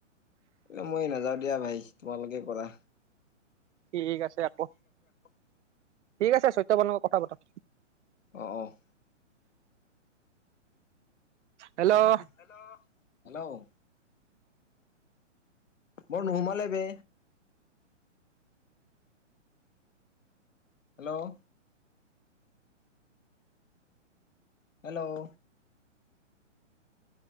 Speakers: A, on the left (about 90°); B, on the right (about 65°).
A: এ মই নাযাওঁ দিয়া, ভাই। তোমালোকে কৰা।
B: ঠিক আছে, আকৌ
A: <inaudible>
B: ঠিক আছে, চৈত্যবানৰ লগত কথা পতা।
A: অ' অ'!
B: হেল্ল'?
A: অ'! হেল্ল'? মোৰ নোসোমালে, বে। Hello? Hello?